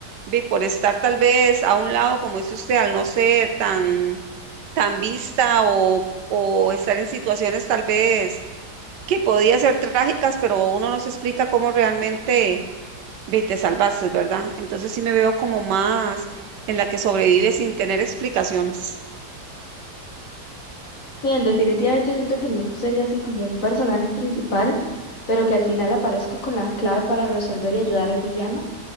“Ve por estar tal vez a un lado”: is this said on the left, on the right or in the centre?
Right